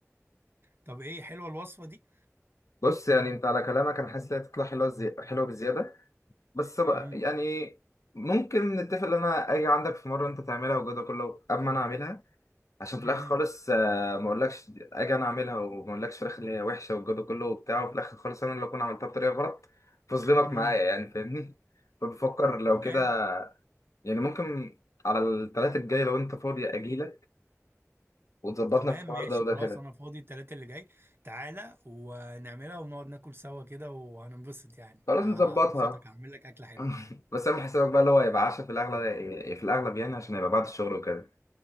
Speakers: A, on the right; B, on the left.
A: طب ايه حلوه الوصفه دي
B: بص يعني انت على كلامك انا حاسس انها تطلع حلوة زي... حلوة بزيادة بس بقى
A: امم
B: يعني ممكن نتفق ان انا اجي عندك في مرة انت تعملها والجو ده كله قبل ما انا اعملها عشان في
A: امم
B: الاخر خالص آه، ما اقولكش اجي انا اعملها وما اقولكش في الاخر اللي هي وحشه والجو ده كله وبتاع وفي الاخر خالص انا اللي اكون عملتها بطريقه غلط فظلمك
A: امم
B: معايا يعني فاهمني <laughs> فبفكر لو
A: تمام
B: كده يعني ممكن على الثلاثة الجاي لو انت فاضي اجيلك وتظبطنا
A: تمام
B: في الحوار
A: ماشي
B: ده وده
A: خلاص
B: كده
A: انا فاضي التلاتة اللي جاي تعالى ونعملها ونقعد ناكل سوا كده وهننبسط يعني
B: خلاص
A: ه-
B: نظبطها
A: هبسطك هعمل لك اكله حلوه
B: <laughs> بس اعمل حسابك بقى اللي هو يبقى عشاء في الاغلب في الاغلب يعني عشان هيبقى بعد الشغل وكده